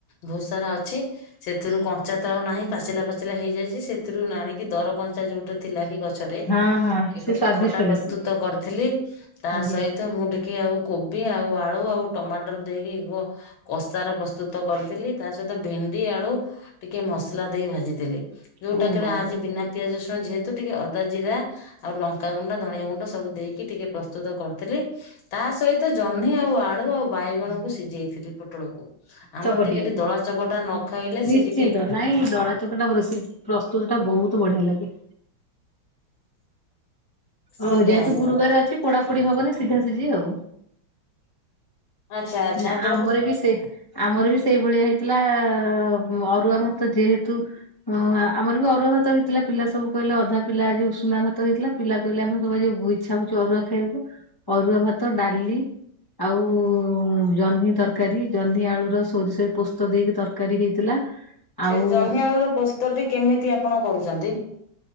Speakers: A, on the left; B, on the left.
A: ବହୁତ ସାରା ଅଛି। ସେ ଏଥିରୁ କଞ୍ଚା ତ ଆଉ ନାହିଁ, ପାଚିଲା ପାଚିଲା ହେଇଯାଇଛି। ସେଥିରୁ ଆଣିକି ଦର କଞ୍ଚା ଯୋଉଟା ଥିଲା କି ଗଛରେ,
B: ହଁ ହଁ
A: ଏକ
B: ସେ ସ୍ଵାଦିଷ୍ଟ
A: ଖଟା ପ୍ରସ୍ତୁତ
B: ବେଶୀ
A: କରିଥିଲି। ତା,
B: ଆଜ୍ଞା
A: ସହିତ ମୁଁ ଟିକ୍ କେ ଆଉ କୋବି, ଆଉ ଆଳୁ, ଆଉ ଟମାଟର ଦେଇକି କ କଷାର ପ୍ରସ୍ତୁତ କରିଥିଲି। ତା ସହିତ ଭେଣ୍ଡି, ଆଳୁ ଟିକେ ମସଲା ଦେଇ ଭାଜି ଥିଲି। ଯୋଉଟା
B: ଓ
A: କେରେ
B: ବା
A: ଆଜି ବିନା ପିଆଜ, ରସୁଣ ଯେହେତୁ ଟିକେ ଅଦା, ଜିରା ଆଉ ଲଙ୍କାଗୁଣ୍ଡା, ଧଣିଆ ଗୁଣ୍ଡ ସବୁ ଦେଇକି ଟିକେ ପ୍ରସ୍ତୁତ କରିଥିଲି। ତା ସହିତ ଜହ୍ନି ଆଉ, ଆଳୁ ଆଉ, ବାଇଗଣକୁ ସିଝେଇଥିଲି। ପୋଟଳକୁ। ଆମର
B: ଚକଟିବା
A: ଟିକେ ଟିକେ
B: ପାଇଁ
A: ଦଳା ଚକଟା ନ ଖାଇଲେ,
B: ନିଶ୍ଚିନ୍ତ
A: ସେ ଟିକେ
B: ନାଇଁ ଦଳା ଚକଟା ରୋଷେଇ ପ୍ରସ୍ତୁତ ଟା ବହୁତ ବଢ଼ିଆ ଲାଗେ। ହଉ
A: ଆଜ୍ଞା
B: ଯେହେତୁ
A: ଆଜ୍ଞା
B: ଗୁରୁବାର ଅଛି, ପୋଡାପୋଡିି ହବନି ସିଝା ସିଝି ଆଉ!
A: ଆଚ୍ଛା ଆଚ୍ଛା
B: ନା,
A: ଆପଣ
B: ଆମର ବି ସେ ଆମର ବି ସେଇଭଳିଆ ହେଇଥିଲା-ଆ ଅରୁଆ ଭାତ ଯେହେତୁ ହଁ, ଆମର ବି ଅରୁଆ ଭାତ ହେଇଥିଲା, ପିଲା ସବୁ କହିଲେ ଅଧା ପିଲା ଆଜି ଉଷୁନା ଭାତ ହେଇଥିଲା, ପିଲା କହିଲେ ଆମେ ସବୁ ବହୁ ଇଛା ହଉଛି, ଅରୁଆ ଖାଇବାକୁ। ଅରୁଆ ଭାତ, ଡାଲି ଆଉ-ଉଁ ଜହ୍ନି ତରକାରୀ, ଜହ୍ନି ଆଳୁର ର ସୋରିଷ ରେ ପୋସ୍ତ ଦେଇକି ତରକାରୀ ହେଇଥିଲା।
A: ସେ
B: ଆଉ
A: ଜହ୍ନି ଆଳୁ ର ପୋସ୍ତଟି କେମିତି ଆପଣ କରୁଚନ୍ତି?